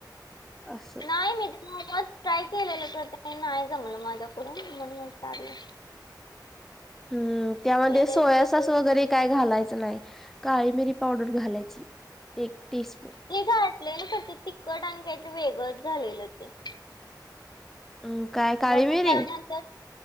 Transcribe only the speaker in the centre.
अससं
हम्म त्यामध्ये
सोया सॉस वगरे. काय घालायचं नाही काळी मिरी पावडर घालायची एक टीस्पून.
अं, काय काळी
मिरी